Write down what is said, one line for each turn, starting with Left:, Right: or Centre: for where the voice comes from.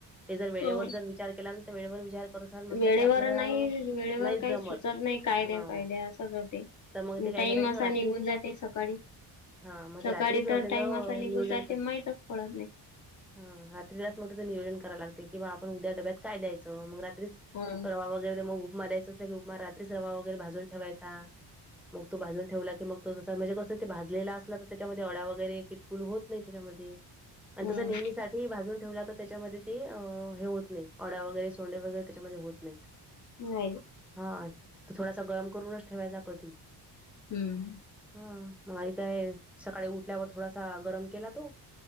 Centre: ते जर वेळेवर
Left: हो.
Centre: जर विचार केला ना तर वेळेवर विचार कर अस म्हटलं
Left: वेळेवर
Centre: की आपल्याला
Left: नाही वेळेवर
Centre: नाही
Left: काही
Centre: जमत
Left: सुचत नाही कायद्या
Centre: हां,
Left: कायद्या असच होते
Centre: तर मग ते काय
Left: टाईम
Centre: करायचं
Left: असा
Centre: रात्रीच
Left: निघून जाते सकाळी
Centre: हां, मग
Left: सकाळी
Centre: ते रात्रीच त्याचं
Left: तर टाइम असा नि
Centre: नियोजन
Left: गुजर
Centre: कर
Left: ते माहितच पडत नाही
Centre: हा रात्रीलाच मग त त्याच नियोजन कराय लागते की बा आपण उद्या डब्यात काय द्यायचं मग रात्री
Left: हम्म
Centre: रवा वगैरे ते मग उपमा द्यायच असलं की उपमा रात्रीच रवा वगैरे भाजून ठेवायचा मग तू भाजून ठेवला की मग तो त म्हणजे कसं ते भाजलेला असला तर त्याच्यामध्ये डळ्या वगैरे किटकुल होत नाही त्याच्यामध्ये आणि
Left: हम्म
Centre: तसं नेहमीसाठी भाजून ठेवला तर त्याच्यामध्ये ते हे होत नाही अड्या वगैरे सोंडे वगैरे त्याच्यामध्ये होत नाही
Left: नाहील
Centre: हा त थोडासा गरम करूनच ठेवायचा कधी
Left: हम्म
Centre: हम मग आध काय सकाळी उठल्यावर थोडासा गरम केला तो